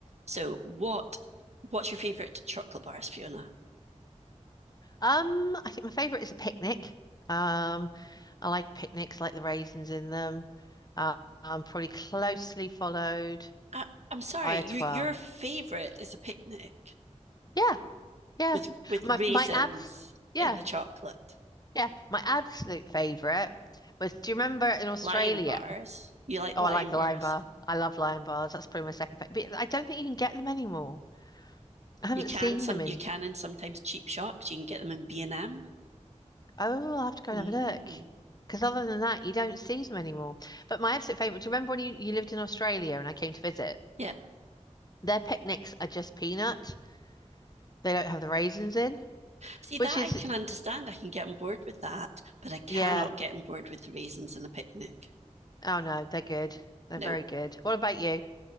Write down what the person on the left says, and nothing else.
Um, I think my favorite is a picnic. Um, I like picnics, like the raisins in them. Uh, um, probably closely followed
by
a twirl.
Yeah, yeah.
My
my abs. Yeah,
yeah. My absolute favorite was. Do you remember in Australia?
Oh,
I like
a lion bar. I love lion bars. That's probably my second favorite. But I don't think you can get them anymore. I haven't
seen
them in.
Oh, I'll have to go
and have a look. Because other than that, you don't see them anymore. But my absolute favorite. Do you remember when you, you lived in Australia and I came to visit?
Their picnics are just peanut. They don't have the raisins in,
which is,
yeah.
Oh no, they're good. They're
very good. What about you?